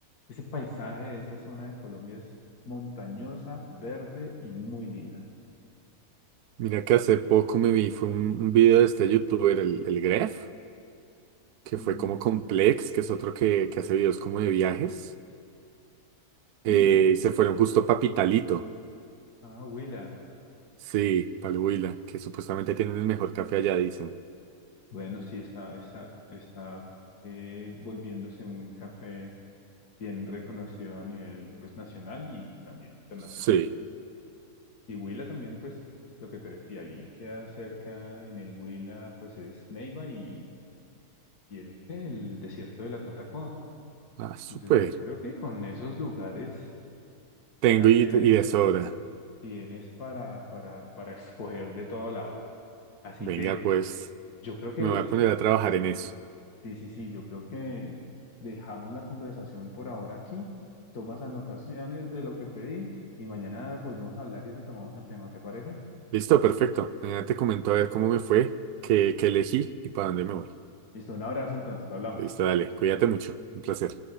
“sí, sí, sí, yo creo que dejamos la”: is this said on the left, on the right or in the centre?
Left